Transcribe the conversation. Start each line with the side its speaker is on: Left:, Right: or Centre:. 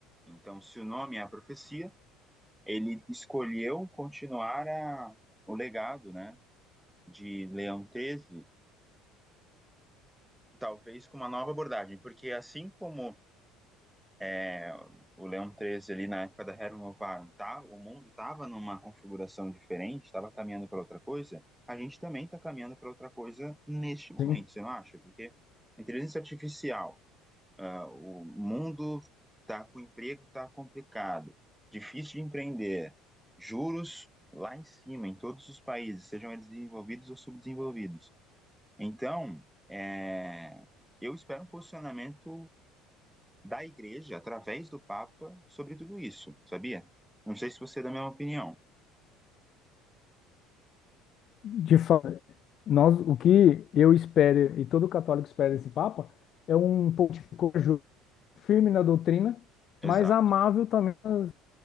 Centre: Então, se o nome é a profecia, ele escolheu continuar a, o legado, né? De Leão Treze, talvez com uma nova abordagem, porque assim como é, o Leão Treze ali na época da Rerum Novarum, tá, o mundo estava numa configuração diferente, estava caminhando para outra coisa, a gente também está caminhando para outra coisa neste momento,
Left: Sim,
Centre: você não acha? Porque a inteligência artificial ah, o mundo está com o emprego está complicado, difícil de empreender, juros lá em cima, em todos os países, sejam eles desenvolvidos ou subdesenvolvidos. Então, é, eu espero um posicionamento da igreja, através do Papa, sobre tudo isso, sabia? Não sei se você é da mesma opinião.
Left: de fato, nós, o que eu espero e todo católico espera desse Papa é um pontificador firme na doutrina, mas
Centre: Exato,
Left: amável também nas